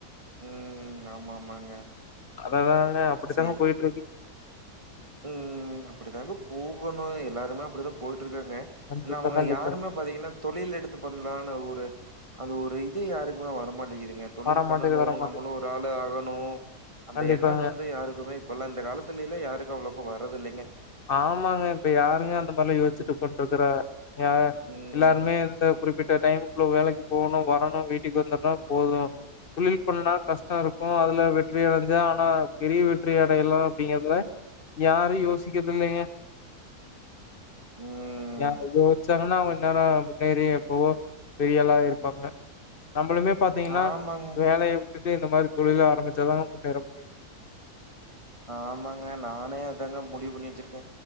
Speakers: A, on the right; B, on the left.
A: ம் ஆமா ஆமாங்க
B: அததாங்க அப்படித்தாங்க
A: செரி
B: போய்ட்ருக்கு
A: ம் அப்டிதாங்க போகணு எல்லாருமே அப்டிதா போயிட்டு இருக்காங்க
B: கண்டிப்பா,
A: ஏன்னா அவங்க
B: கண்டிப்பா.
A: யாருமே பாத்தீங்கன்னா தொழில் எடுத்து பண்லானு ஒரு அந்த ஒரு இது யாருக்குமே வரமாட்டேங்கிதுங்க தொழில்
B: வர
A: பண்ணணு
B: மாட்டேங்குது, வர மாட்டேங்குது.
A: நம்மளு ஒரு ஆளு ஆகணு அந்த
B: கண்டிப்பாங்க.
A: எண்ணம் வந்து யாருக்குமே இப்போல்லா இந்த காலத்துல எல்லா யாருக்கு அவ்வளோக்கு வரது இல்லைங்க
B: ஆமாங்க இப்ப யாருங்க அந்த மாரிலா யோச்சிட்டு உக்காந்திருக்குறா யா
A: ம்.
B: எல்லாருமே இந்த குறிப்பிட்ட டைமுக்குள்ள வேலைக்கு போகணு வரணு வீட்டுக்கு வந்துடணு போது தொழில் பண்ணுணா கஷ்ட இருக்கு அதுல வெற்றி அடஞ்சா ஆனா பெரிய வெற்றி அடையலா அப்டிங்கறதுல யாரு யோசிக்கறது இல்லைங்க
A: ம்.
B: யாயோ ச்சாங்கன்னா அவங்க இன் நேர முன்னேறி எப்பவோ பெரிய ஆள் ஆயிருப்பாங்க நம்மளுமே பாத்தீங்கன்னா
A: ஆமாங்க.
B: வேலைய வுட்டுட்டு இந்த மாரி தொழில் ஆரம்பிச்சாதாங்க முன்னேற முடியு
A: ஆமாங்க நானே அதாங்க முடிவு பண்ணி வெச்சிருக்கே